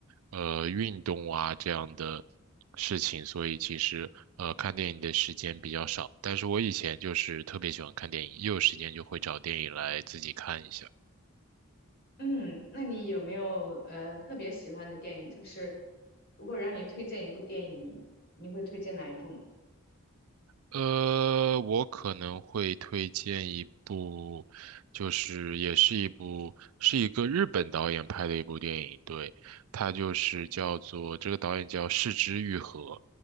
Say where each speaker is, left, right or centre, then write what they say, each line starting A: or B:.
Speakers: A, on the right (about 80°); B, on the left (about 50°).
A: 呃运动啊这样的事情，所以其实呃看电影的时间比较少。但是我以前就是特别喜欢看电影，一有时间就会找电影来自己看一下。
B: 嗯，那你有没有呃特别喜欢的电影？就是如果让你推荐一部电影，你你会推荐哪一部呢？
A: 呃，我可能会推荐一部，就是也是一部，是一个日本导演拍的一部电影，对，它就是叫做，这个导演叫市之愈合，